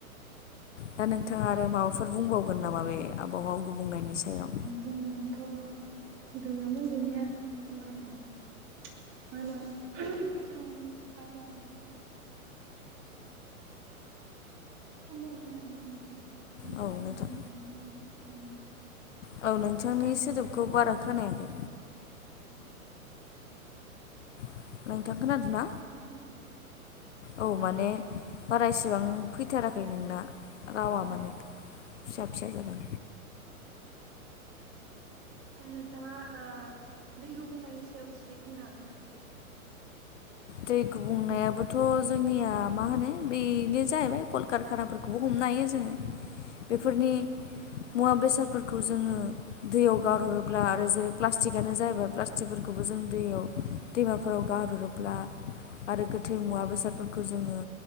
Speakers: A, on the left (about 55°); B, on the right (about 30°).
A: दा नोंथाङा आरो माबाफोर बुंबावगोन नामा बे आबहावा गुबुंनायनि सायाव
B: जोंनाथ' गैयामोन गैनाया होमबाबो मा होनो जों आबहावा माने बुंनांगोन आरोना नोंथां बिदिनो
A: औ
B: बिफां
A: नोंथां
B: लाइफां गायनानै उम
A: औ नोंथांनि
B: बिदिनो दारिमिन
A: सोदोबखौ बारा खोनायाखै।
B: औ।
A: नोंथां खोनादों ना
B: खोनाबायना नोंथां?
A: औ माने बारा एसेबां फैथाराखै नोंना। रावा
B: अ
A: माने फिसा फिसा जादों।
B: नोंथाङा ओ दै गुबुंनायनि सायाव एसे बुंनो हागोन नामा?
A: दै गुबुंनायाबोथ' जोंनिया मा होनो बेनो जाहैबाय कलकारखानाफोर खौबो हमनो हायो
B: अ
A: जोङो बेफोरनि
B: अ नोंथां
A: मुवा बेसादफोरखौ जोङो दैयाव गारहरोब्ला आरो जेरै प्लास्टिकानो जाबाय प्लास्टिकफोरखौबो जों दैयाव
B: अ
A: दैमाफोराव गारहरोब्ला आरो गोथै मुवा बेसादफोरखौ जोङो